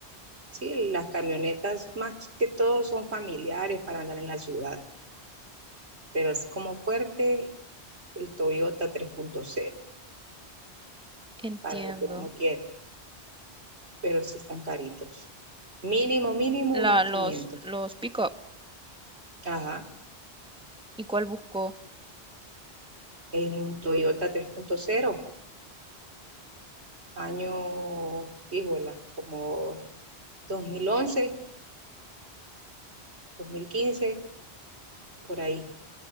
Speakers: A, on the right; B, in the centre.
A: Sí, las camionetas más que todo son familiares para andar en la ciudad, pero así como fuerte, el Toyota tres punto cero
B: entiendo.
A: para lo que uno quiere, pero sí están caritos. Mínimo, mínimo
B: La,
A: unos quinientos
B: los, los pick-up,
A: Ajá.
B: ¿y cuál buscó?
A: En un Toyota tres punto cero año, híjola, como dos dos mil once dos mil quince por ahí.